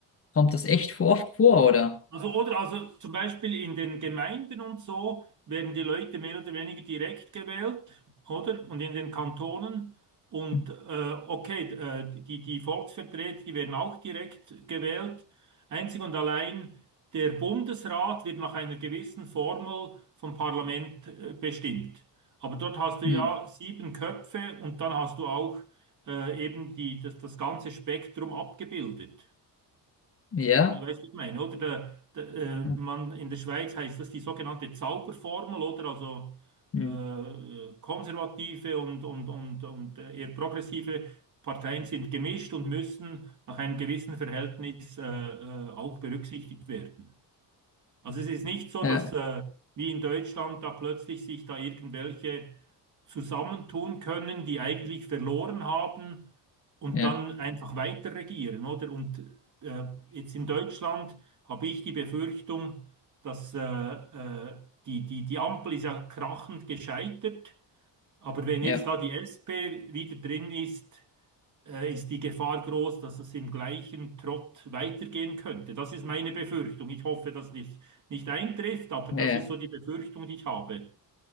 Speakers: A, on the left; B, on the right.
A: Kommt das echt vor- oft vor, oder?
B: Also, oder also zum Beispiel in den Gemeinden und so werden die Leute mehr oder weniger direkt gewählt, oder? Und in den Kantonen. Und
A: Hm.
B: äh, okay, äh, die, die Volksvertreter, die werden auch direkt gewählt. Einzig und allein der Bundesrat wird nach einer gewissen Formel vom Parlament äh, bestimmt. Aber dort hast du
A: hm.
B: ja sieben Köpfe und dann hast du auch äh, eben die, das, das ganze Spektrum abgebildet.
A: Ja?
B: Ja, Weißt du, ich meine, oder? Der, der, äh,
A: Hm.
B: man, in der Schweiz heißt das die sogenannte Zauberformel, oder? Also
A: hm.
B: äh, äh, konservative und, und, und, und äh, eher progressive Parteien sind gemischt und müssen nach einem gewissen Verhältnis äh, äh, auch berücksichtigt werden. Also es ist nicht so,
A: Ja,
B: dass äh, wie in Deutschland da plötzlich sich da irgendwelche zusammentun können, die eigentlich verloren haben und
A: ja,
B: dann einfach weiter regieren, oder? Und äh, jetzt in Deutschland habe ich die Befürchtung, dass äh, äh, die, die, die Ampel ist ja krachend gescheitert, aber wenn
A: ja.
B: jetzt da die SP wieder drin ist, äh, ist die Gefahr groß, dass es im gleichen Trott weitergehen könnte. Das ist meine Befürchtung. Ich hoffe, dass dies nicht eintrifft, aber
A: ja.
B: das ist so die Befürchtung, die ich habe.